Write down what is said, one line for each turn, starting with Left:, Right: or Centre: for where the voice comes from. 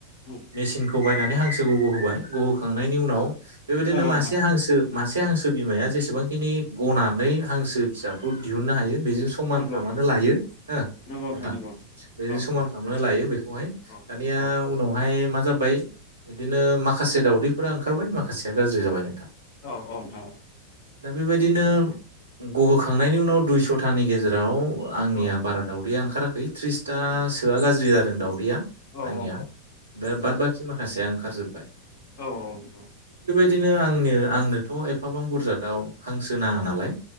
Left: उम
Right: मेसिन खौ बायनानै हांसोखौ गहोबाय गहोखांनायनि उनाव बेबायदिनो
Left: नंगौ
Right: मासे
Left: नोंथां
Right: हांसो मासे हांसो बिमाया जेसेबांखिनि गनानै हांसो फिसाखौ दिहुननो हायो बेजों समानफ्रामानो
Left: नंगौ
Right: लायो हो नोंथां
Left: नंगौ नंगौ
Right: बेजों
Left: औ
Right: समानफ्रामनो लायो बेखौहाय दानिया
Left: औ औ
Right: उन आय मा जाबाय बिदिनो माखासे दावदैफोरा ओंखारबाय माखासेया गाज्रि जाबाय नोंथां
Left: औ औ नोंथां औ
Right: दा बेबायदिनो गहोखांनायनि उनाव दुइस'थानि गेजेराव आंनिया
Left: औ
Right: बारा दावदैआ ओंखा <unintelligible> थ्रिसथासोआ
Left: औ
Right: गाज्रि जादों या
Left: औ
Right: आंनिया
Left: औ औ
Right: <unintelligible> बाद बाखि मा फिसाया ओंखारजोबबाय
Left: औ औ औ नंगौ
Right: बिदिनो आंनो आंनोथ' एफाबां बुरजा दाव हांसो नाङा नालाय